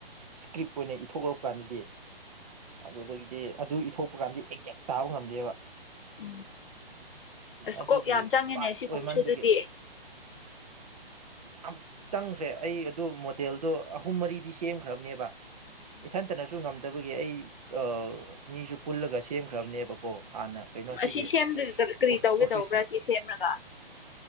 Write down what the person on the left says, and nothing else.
ꯎꯝ ꯑꯁ
ꯀꯣꯛ ꯌꯥꯝ ꯆꯪꯉꯤꯅꯦ
ꯁꯤꯒꯨꯝꯕꯁꯨ
ꯑꯗꯨꯗꯤ
ꯎꯝ
ꯎꯝ
ꯑꯁꯤ
ꯁꯦꯝꯔꯥꯒ ꯀꯔꯤ
ꯇꯧꯒꯦ ꯇꯧꯕ꯭ꯔꯥ ꯁꯤ ꯁꯦꯝꯔꯥꯒ